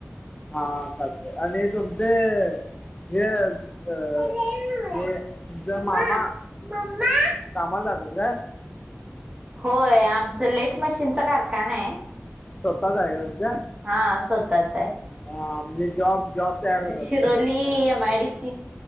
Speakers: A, on the left; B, on the right.
A: हा चालतंय, आणि तुमचे हे. अ
B: मम्मा
A: हे तुमचा मामा
B: मम्मा
A: कामाला जातात काय?
B: होय. आमचं लेट मशीनचा कारखाना आहे.
A: स्वतःचं आहे तुमच्या.
B: हा स्वतःच आहे,
A: हा म्हणजे जॉब जॉब तयार होतात.
B: शिरोली यमायडीशी.